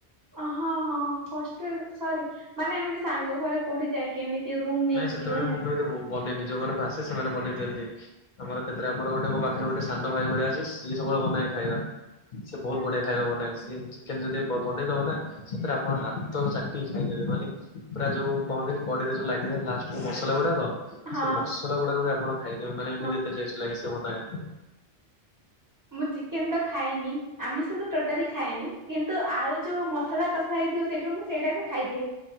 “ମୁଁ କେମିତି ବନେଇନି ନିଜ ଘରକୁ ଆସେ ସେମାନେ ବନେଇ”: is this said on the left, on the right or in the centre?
Left